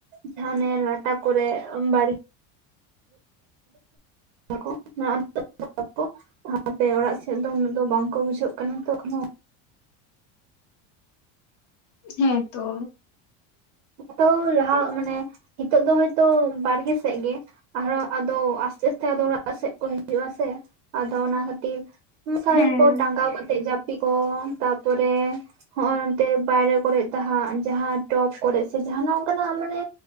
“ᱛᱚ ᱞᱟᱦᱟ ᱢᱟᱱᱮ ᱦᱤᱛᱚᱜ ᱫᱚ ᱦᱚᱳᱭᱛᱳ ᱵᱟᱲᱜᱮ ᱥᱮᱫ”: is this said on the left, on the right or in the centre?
Right